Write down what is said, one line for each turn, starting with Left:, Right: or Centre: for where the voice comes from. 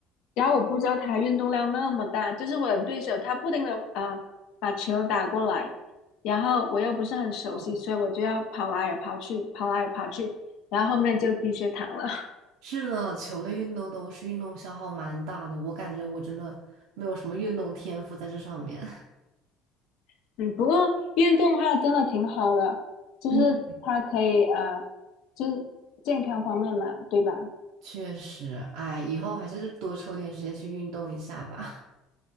Left: 然后我不知道他运动量那么大，就是我的对手他不停的啊把球打过来，然后我又不是很熟悉，
Right: 哦
Left: 所以我就要跑来跑去，跑来跑去，然后后面就低血糖了。
Right: 是的，球类运动都是运动消耗蛮大的，我感觉我真的没有什么运动天赋在这上面。
Left: <laughs> 嗯，不过运动的话真的挺好的，就是它可以呃，
Right: <laughs> 嗯，
Left: 就是健康方面嘛，对吧？
Right: 确实，哎，以后还是多抽点时间去运动一下吧。